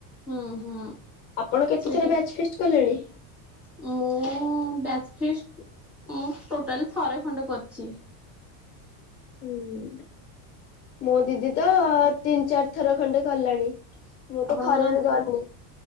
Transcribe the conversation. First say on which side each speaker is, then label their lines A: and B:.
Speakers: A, in the centre; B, on the left (about 20°).
A: ହୁଁ ହୁଁ
B: ଆପଣ କେତେଥର
A: ସେଇଟା
B: ବ୍ୟାଚ୍ ଫିଷ୍ଟ କଲେଣି?
A: ମୁଁ ବ୍ୟାଜ ଫିଷ୍ଟ ମୁଁ ଟୋଟାଲି ଥରେ ଖଣ୍ଡେ କରି ଚି
B: ହୁଁ। ମୋ ଦିଦି ତ ତିନି ଚାରି ଥର ଖଣ୍ଡେ କଲାଣି। ମୁଁ
A: ଆପଣଙ୍କର
B: ତ ଥରେ ବି କରିନି।